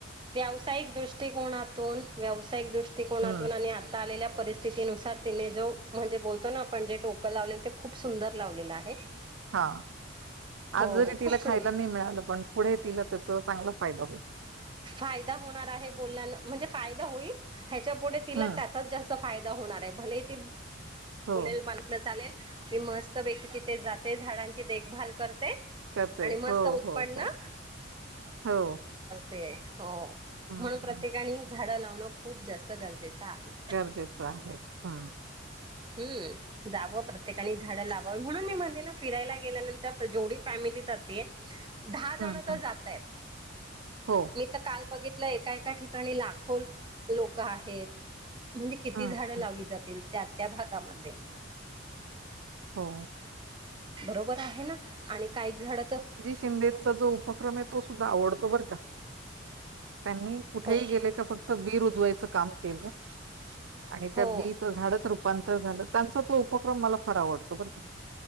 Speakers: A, on the right (about 25°); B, on the right (about 75°).
A: व्यावसायिक दृष्टिकोनातून व्यावसायिक दृष्टिकोनातून
B: हम्म
A: आणि आ आता आलेल्या परिस्थितीनुसार, तिने जो म्हणजे बोलतो ना आपण जे डोकं लावलेल ते खूप सुंदर लावलेलं आहे. <inaudible>
B: हा
A: हो
B: आज जरी
A: हो
B: तिला
A: खूप सुंदर
B: खायला नाही मिळालं, पण पुढे तिला त्याच चांगला फायदा होईल.
A: फायदा होणार आहे. बोलण्यान म्हणजे फायदा होईल ह्याच्या पुुढे तिला
B: हम्म
A: त्याचाच जास्त फायदा होणार आहे. भलेही ती
B: हो
A: बोलेल मंथला चालेल. मी मस्तपैकी तिथे जाते झाडांची देखभाल करते.
B: करते
A: आणि मस्त
B: हो
A: उत्पन्न
B: हो हो हो
A: ते हो
B: हम्म
A: म्हणून प्रत्येकाने झाडं लावणं खूप जास्त गरजेचं आहे.
B: गरजेचं आहे. हम्
A: हम्म जावं प्रत्येकानी झाडं लावावी. म्हणून मी म्हणते ना फिरायला गेल्यानंतर जेवढी फॅमिली जातीये. दहा
B: हम्म
A: जण तर
B: हम्म
A: जाता येत.
B: हो
A: मी तर काल बघितलं एका एका ठिकाणी लाखो लोक आहेत. म्हणजे किती
B: हं,
A: झाडं लावली
B: हं.
A: जातील त्या त्या भागामध्ये.
B: हो
A: बरोबर आहे ना, आणि काही झाड तर,
B: शिंदेचा जो उपक्रम आहे, तो सुद्धा आवडतो बरं का. त्यांनी कुठेही
A: ओके
B: गेले का, फक्त बी रुजवायचं काम केलं. आणि
A: हो
B: त्या बी झाड रूपांतर झालं, त्यांचा तो उपक्रम मला फार आवडतो बरं का.